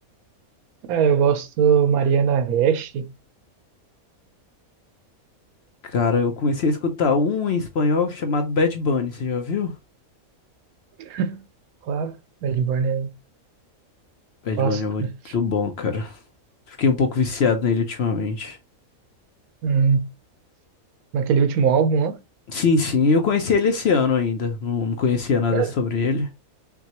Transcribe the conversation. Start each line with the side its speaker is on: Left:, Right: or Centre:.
Right: Cara, eu gosto Mariana Reche,
Left: Cara, eu comecei a escutar um em espanhol chamado Bad Bunny, você já viu?
Right: <laughs> claro. Redborn é
Left: Bad
Right: clássico,
Left: Bunny é muito
Right: né?
Left: bom, cara. Fiquei um pouco viciado nele ultimamente.
Right: Hum, naquele último álbum lá.
Left: Sim, sim, eu conheci ele esse ano ainda. Não, não conhecia nada
Right: Sério?
Left: sobre ele.